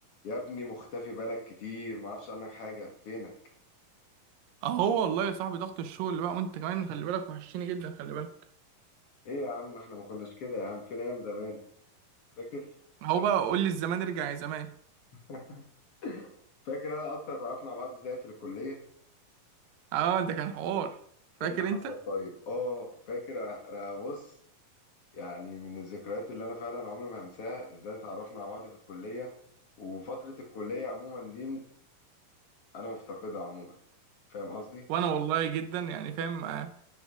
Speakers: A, on the left; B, on the right.
A: يا ابني مختفي بالك كتير ما اعرفش عنك حاجة فينك
B: اهو والله يا صاحبي ضغط الشغل بقى وانت كمان خلي بالك وحشتني جدا خلي بالك
A: ايه يا عم احنا ما كناش كده يا عم فين ايام زمان فاكر
B: اهو بقى قول لي الزمان ارجع يا زمان
A: <laughs> فاكر انا اصلا اتعرفنا على بعض ازاي في الكلية
B: اه ده كان حوار فاكر
A: ايه اللي حصل
B: انت
A: طيب اه فاكر انا بص يعني من الذكريات اللي انا فعلا عمري ما هنساها ازاي اتعرفنا على بعض في الكلية وفترة الكلية عموما دي انا مفتقدها عموما فاهم قصدي
B: وانا والله جدا يعني فاهم آه،